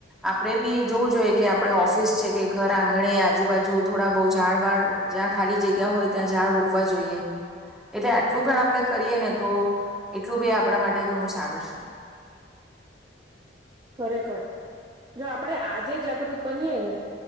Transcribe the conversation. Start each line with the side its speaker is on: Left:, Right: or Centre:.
Centre: આપડે બી જોવું જોઈએ કે આપડ ઓફિસ છે કે ઘર આંગણે આજુબાજુ થોડા બહુ ઝાડ વાળ જ્યાં ખાલી જગ્યા હોય ત્યાં ઝાડ રોપવા જોઈએ. એટલે આ પડે કરીએ ને તો એટલું બી આપણા માટે ઘણું સારું છે.
Right: ખરેખર જો આપણે આજે જાગૃત બનીએ ને,